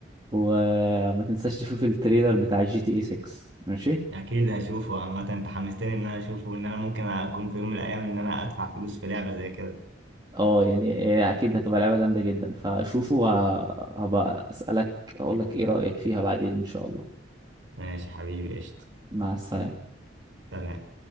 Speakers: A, on the right (about 25°); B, on the right (about 80°).
A: وما تنساش تشوف التريلر بتاع جي تي اي 6 ماشي
B: اكيد هشوفه عامه انت حمستني ان انا اشوفه وان انا ممكن اكون في يوم من الايام ان انا ادفع فلوس في لعبه زي كده
A: اه يعني إيه، اكيد هتبقى لعبه جامده جدا فشوفه وهبقى اسالك اقول لك ايه رايك فيها بعدين ان شاء الله
B: ماشي حبيبي قشطه
A: مع السلامه
B: سلام